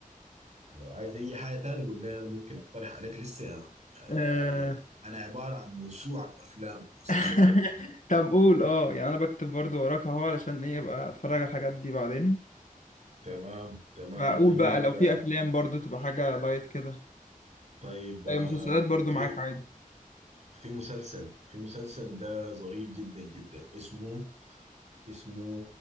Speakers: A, on the right; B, on the left.
A: لو عايز اي حاجة تاني قول لي انا ممكن اقترح عليك لسه يا عم.
B: آه.
A: انا ال... انا عبارة عن موسوعة افلام ومسلسلات
B: <laughs>
A: متحركة
B: طب قول اه يعني انا بكتب برضه وراك اهو علشان ايه ابقى اتفرج على الحاجات دي بعدين
A: تمام تمام
B: فاقول
A: طيب
B: بقى لو
A: آه،
B: في افلام برضه تبقى حاجة لايت كده
A: طيب آه،
B: أي مسلسلات برضه
A: في
B: معاك عادي
A: في مسلسل في مسلسل ده ظريف جدا جدا اسمه اسمه